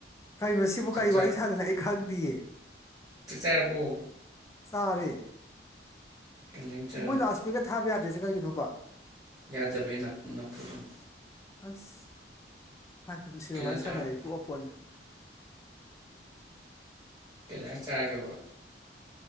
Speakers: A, on the left (about 15°); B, on the right (about 20°).
A: ꯀꯩꯅꯣ ꯁꯤꯕꯨ
B: ꯆꯥꯛ
A: ꯀꯥꯏ ꯋꯥꯔꯤ ꯁꯥꯗꯅ ꯑꯩ ꯈꯪ ꯗꯤꯌꯦ
B: ꯆꯛ ꯆꯥꯔꯕꫭ
A: ꯁꯥꯔꯦ
B: ꯀꯩ ꯏꯟꯖꯥꯡ ꯆꯥꯔꯕ
A: ꯃꯣꯏ ꯂꯥꯁꯄꯨꯔ ꯀꯦ ꯊꯥꯕꯦ ꯌꯥ ꯇꯦꯁꯦ ꯀꯩꯒꯤꯅꯣꯕ
B: ꯌꯥꯗꯕꯩ ꯅꯞ ꯅꯞꯄꯗꯨꯅꯤ
A: ꯑꯁ ꯃꯥ ꯀ ꯁꯤꯗ
B: ꯀꯩ ꯏꯟꯖꯥꯡ
A: ꯋꯥꯔꯤ ꯁꯥꯟꯅꯔꯦ
B: ꯆꯥꯔꯕ
A: ꯇꯣꯛꯑꯄꯣꯠꯅꯤ
B: ꯀꯅꯥꯛ ꯆꯔꯒꯦꯕ